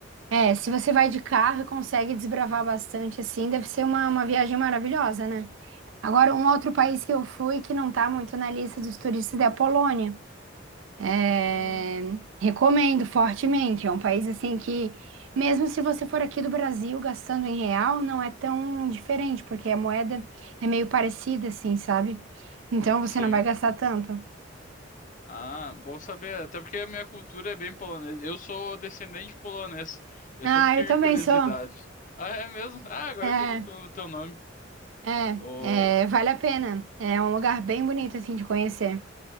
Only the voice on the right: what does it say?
É, se você vai de carro e consegue desbravar bastante, assim, deve ser uma, uma viagem maravilhosa, né? Agora, um outro país que eu fui que não tá muito na lista dos turistas é a Polônia. É,
recomendo fortemente. É um país assim que, mesmo se você for aqui do Brasil gastando em real, não é tão diferente, porque a moeda é meio parecida, assim, sabe? Então
você não vai gastar tanto.
Ah,
eu também
sou.
É,
é,
é, vale a pena. É um lugar bem bonito, assim, de conhecer.